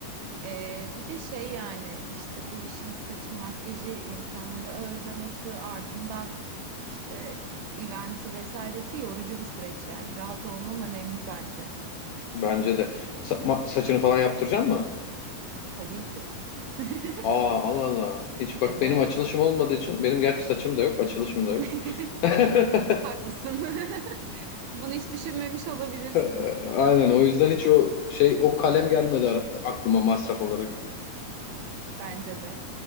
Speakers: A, on the right (about 75°); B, on the left (about 75°).
A: Ee, bir de şey yani işte bu işin saçı makyajı insanları ağırlaması ardından işte eventi vesairesi yorucu bir süreç yani. Rahat olmam önemli bence.
B: Bence de. Sa- ma- saçını falan yaptıracaksın mı?
A: Tabii ki. <laughs>
B: Aa Allah Allah. Hiç
A: Evet.
B: bak benim açılışım olmadığı için benim gerçi saçım da yok, açılışım da yok.
A: <laughs>
B: <laughs>
A: Haklısın. <laughs> Bunu hiç düşünmemiş olabilirsin.
B: Ee, Aynen o yüzden hiç o şey o kalem gelmedi ara- aklıma masraf olarak.
A: Bence de.